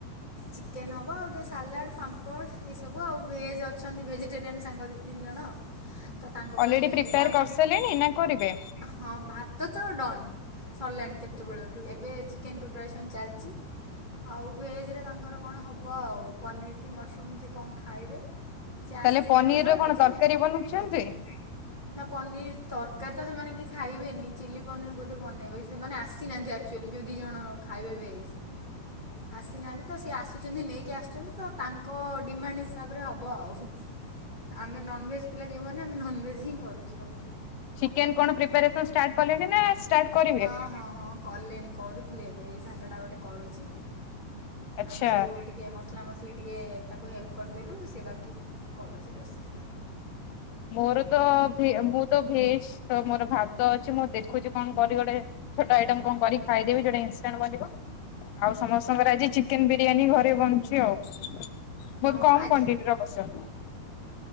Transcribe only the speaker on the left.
ଅଲରେଡି
ପ୍ରିପେୟାର
କରିସାରିଲେଣି ନା କରିବେ?
ତାହେଲେ ପନିର
ର
କଣ
ତରକାରୀ ବନଉଛନ୍ତି?
ଚିକେନ କଣ ପ୍ରିପାରେସନ ଷ୍ଟାର୍ଟ କଲେଣି ନା ଷ୍ଟାର୍ଟ କରିବେ?
ଆଚ୍ଛା।
ମୋର ତ ମୁଁ ତ ଭେଜ ତ ମୋର ଭାତ ଅଛି ମୁଁ ଦେଖୁଛି କଣ କରି ଗୋଟେ। ଛୋଟ ଆଇଟମ କଣ କରି ଖାଇଦବି ଯୋଉଟା ଇଷ୍ଟାଣ୍ଟ ବନିବ। ଆଉ ସମସ୍ତଙ୍କର ଆଜି ଚିକେନ ବିରିୟାନୀ ଘରେ ବନୁଛି ଆଉ ବହୁତ
କମ
କ୍ଵାଣ୍ଟି ର। <unintelligible>